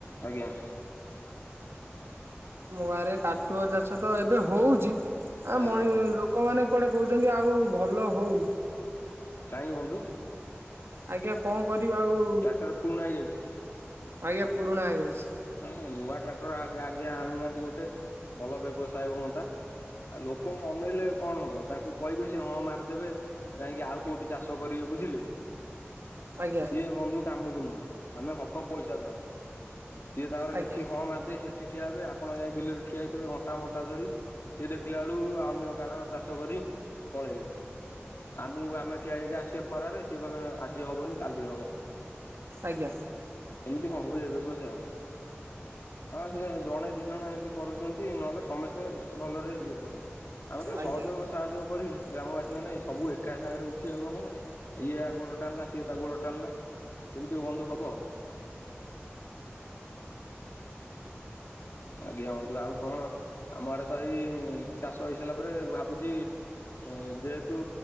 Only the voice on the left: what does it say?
ଆଜ୍ଞା।
ଆଜ୍ଞା
କାହିଁକି ବନ୍ଧୁ?
ଟ୍ରାକ୍ଟର ପୁରୁଣା ହେଇଯାଇଛି।
ହ ନୂଆ ଟ୍ରାକ୍ଟର ଆଗେ ଆଗେ ଆଣୁନାହାଁନ୍ତି ଗୋଟେ ଭଲ ବ୍ୟବସାୟ ହୁଅନ୍ତା। ଆଉ ଲୋକଙ୍କୁ ଅନେଇଲେ କଣ ହବ? ତାଙ୍କୁ କହିବେ ସେ ହଁ ମାରିଦେବେ। ଯାଇଁକି ଆଉ କୋଉଠି ଚାଷ କରିବେ ବୁଝିଲେ।
ସିଏ ବନ୍ଧୁ କାମକୁ ନୁହଁ ଆମେ ହକ ପଇସା ଦବା। ସିଏ ତାଙ୍କର
ଏଠି ହଁ ମାରି ଦେଇ ସେଠି ଠିଆ ହେବେ। ଆପଣ ଯାଇ ବିଲ ଠିଆ ହୋଇଥିବେ ଘଣ୍ଟା ଘଣ୍ଟା ଧରି। ସିଏ ଦେଖିଲା ବେଳକୁ ଅନ୍ୟ କାହାର ଚାଷ କରି ପଳେଇବେ। ଆମକୁ ଆମେ ଠିଆ ହେଇକି ଆସିବେ ଖରାରେ। ସିଏ କହିବେ ଆଜି ହବନି କାଲି ହବ।
ଏମିତି କଣ ହୁଏ ବ୍ୟବସାୟ? ହଁ ସେ ଜଣେ ଦି ଜଣ ଏମିତି କରୁଚନ୍ତି। ନହେଲେ ସମସ୍ତେ ସ୍ତେ ଭଲରେ ଇଏ କରନ୍ତି। ଆଉ ଗୋଟେ
ସହଯୋଗ ସାହାର୍ଯ୍ୟ କରି ଗ୍ରାମବାସୀ ମାନେ ସବୁ ଏକା ସାଙ୍ଗରେ ଉଠିବାକୁ ହବ ନା। ଇଏ ଆ ଗୋଡ଼ ଟାଣିଲା ସିଏ ତା ଗୋଡ଼ ଟାଣିଲା। ସେମିତି କଣ ବନ୍ଧୁ ହବ? ଆଜ୍ଞା ବନ୍ଧୁ। ଆଉ କଣ ଆମ ଆଡ଼େ ତ ଏଇ ଚାଷ ହେଇସାରିଲା ପରେ ଭାବୁଚି ଏ ଯେହେତୁ